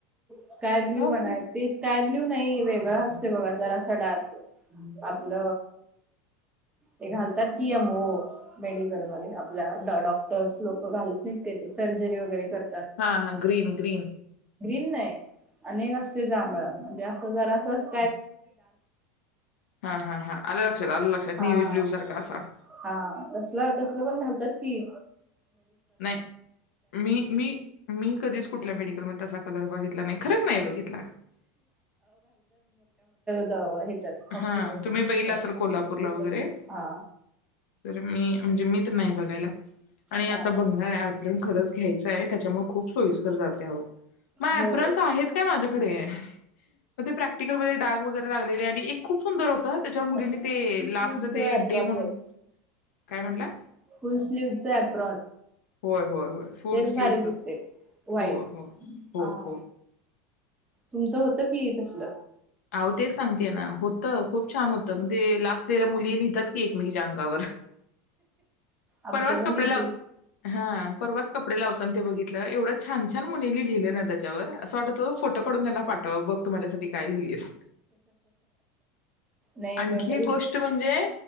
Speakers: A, on the right; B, on the left.
A: स्काय ब्ल्यू
B: मोस्टली
A: म्हणाय ते स्काय ब्ल्यू नाही वेगळां असते बघा जरा डार्क आपल ते घालतात की यमओ मेडिकल म आपल्या डॉक्टर् लोक घालत नाहीत काय ते सर्जरी वगैरे कर
B: हा हा ग्रीन ग्रीन
A: आणि एक असतय जांभळा म्हणजे अस जरा अस
B: हा हा हा आले लक्षात आलं लक्षात
A: हा
B: निवी ब्ल्यू सारखा असा
A: हा तसलं तसल पण घालतात कि
B: नाही मी मी मी कधीच कुठल्या मेडिकल म तसा कलर बघितला नाही खरंच नाही बघितला.
A: ह हॉस्पिटल
B: हा तुम्ही
A: म मेडल
B: बघितला असाल कोल्हापूरला वगैरे
A: म हा.
B: तर मी म्हणजे मी नाही बघायला आणि
A: हा
B: आता बघणार आहे आप खरच घायचा आहे त्याच्या मूळ खूप सोईस्कर जात मग आप्रन्स
A: होय
B: आहेत कि माज्या कडे कडे मग ते प्रॅक्टिकलमध्ये डाग वगैरे लागलेले आणि ए खूप सुंदर होता त्याच्यावर मुलींनी
A: स्लीवच
B: ते लास्ट ते
A: एप्रॉन
B: डे म्हणून
A: घ्यायच
B: काय म्हणला?
A: फुल स्लीवच आहे आप्रॉन
B: होय होय होय फुल
A: तेच
B: स्लीवचच
A: भारी दिसते व्हाईट
B: हो हो हो
A: हा.
B: हो
A: तुमचं होत की ये तसल.
B: अह तेच सांगते ना होतं खूप छान होत म्हण ते लास्ट डे ला मुली लिहितात की एक मझच्या अंगावर.
A: आमचं
B: परवाच
A: पण
B: कपडे
A: लिहितील
B: लावत हा परवाच कपडे लावतान ते बघित एवढं छान छान मुलींनी लिहिलं ना त्याच्यावर असं वाटतो फोटो काढून त्यांना पाठवाव बघ तु माझ्यासाठी काय लिहिलीस
A: नाही
B: आणखी
A: मेमरीज
B: एक गोष्ट म्हणजे